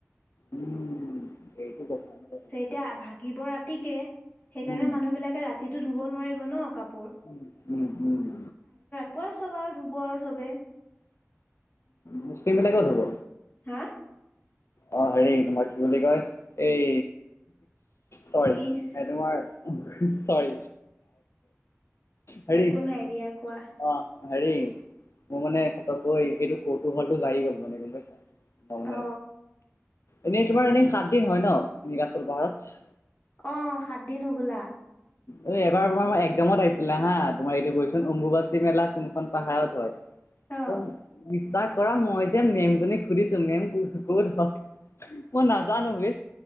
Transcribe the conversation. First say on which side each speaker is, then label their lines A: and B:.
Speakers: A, on the left; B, on the left.
A: উম, এইটো কথা <unintelligible>
B: এয়া ভাগিব ৰাতি কে সেইকাৰণে
A: উম
B: মানুহ বিলাকে ৰাতিটো ধুব নোৱাৰিব ন কাপো
A: উম, উম, উম।
B: পুৱাই চোবাৰ ধুব আৰু চবেই।
A: মুছলিমবিলাকেও ধুব।
B: হা
A: অ হেৰী তোমাৰ কি বুলি কয় এই চৰি
B: ইচ
A: এ তোমাৰ চৰি হেৰী
B: একো নাই দিয়া কোৱা
A: অ হেৰি মোৰ মানে ফতকৈ এইটো কৌতুহলটো জাগি গ'ল মানে গম পাইছা। মই মানে
B: অ
A: এনেই তোমাৰ এনেই সাত দিন হয় ন' নীলাচল পাহাৰত?
B: অ সাত দিন হবলা
A: উ এবাৰ এক্জামত আহিছিলা হা তোমাৰ এইটো কৈছোন অম্বুবাচী মেলা কোনখন পাহাৰত হয়। একডম
B: অ
A: বিশ্বাস কৰা মই যে মেমজনীক সুধিছো মেম ক ক'ত হয় মই নাজানো বে।